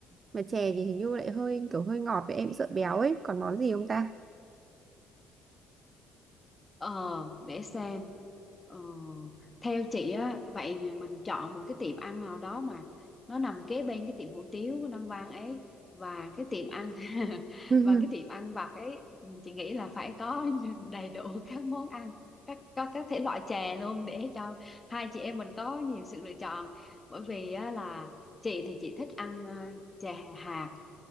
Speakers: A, on the right; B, on the left.
A: mà chè thì hình như lại hơi kiểu hơi ngọt với em sợ béo ấy còn món gì không ta
B: Ờ, để xem. Ờ, theo chị á, vậy mình chọn một cái tiệm ăn nào đó mà nó nằm kế bên cái tiệm hủ tiếu của Nam Vang ấy và cái tiệm ăn <laughs>
A: <laughs>
B: và cái tiệm ăn vặt ấy chị nghĩ là phải có <laughs> đầy đủ các món ăn các có các thể loại chè luôn để cho hai chị em mình có nhiều sự lựa chọn bởi vì á, là chị thì chị thích ăn ờ, chè hạt